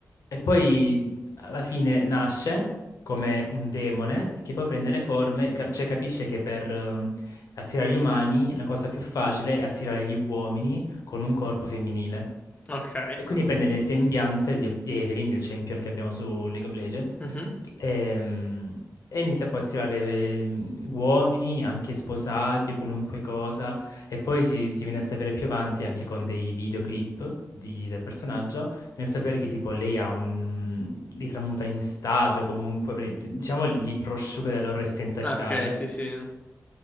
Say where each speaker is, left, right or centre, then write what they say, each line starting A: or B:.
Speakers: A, on the left; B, on the left.
A: E poi alla fine nasce come un demone che poi prende le forme, ca- cioè capisce che per ehm, attirare gli umani la cosa più facile è attirare gli uomini con un corpo femminile.
B: Ok.
A: E quindi prende le sembianze di, di Evelyn, il champion che abbiamo su League of Legends,
B: Mhm.
A: che- ehm, e, inizia poi a tirare ehm, uomini, anche sposati o qualunque cosa. E poi si, si viene a sapere più avanti anche con dei videoclip di- del personaggio nel sapere che tipo lei ha un... li tramuta in statue, comunque, re- diciamo, li prosciuga della loro essenza
B: Ok,
A: vitale.
B: sì, sì.